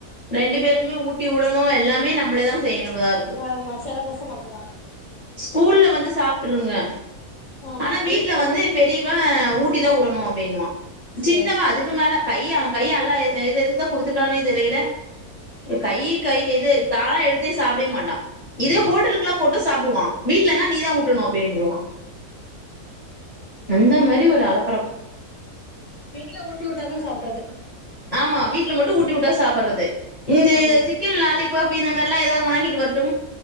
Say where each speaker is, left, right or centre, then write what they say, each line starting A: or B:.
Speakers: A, on the left; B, on the left.
A: ரெண்டு பேருக்குமே ஊட்டி வுடனு எல்லாமே நம்மளே தா செய்யணுதா இருக்கு
B: ஆமா செல பசங்க அப்டிதா
A: ஸ்கூல்ல வந்து சாப்ட்ருங்க
B: ஆமா
A: ஆனா வீட்ல
B: வீட்லதா
A: வந்து பெரியவ ஊட்டிதா வுடணு அப்டின்னுவா
B: சேரி
A: சின்னவ
B: சேரி
A: அதுக்கு மேல கை அவ கை அல்லா எது எதுக்குதா குடுத்துருக்கான்னே தெரியில கை கை இது தானா எடுத் து சாப்டவே மாட்டா இதே ஹோட்டலுக்லா போட்டு சாப்டுவா வீட்லனா நீதா ஊட்டணு அப்டின்ருவா அந்த மாரி ஒரு அல
B: வீட்ல ஊட்டி உட்டாதா சாப்புட்றது
A: ஆமா வீட்ல மட்டு ஊட்டி வுட்டா சாப்புர்றது இந்த
B: ஆமா
A: இது சிக்கன் லாலிபப் இப்ப இந்தமாரில எாதாவது வாங்கிட்டு வரட்டு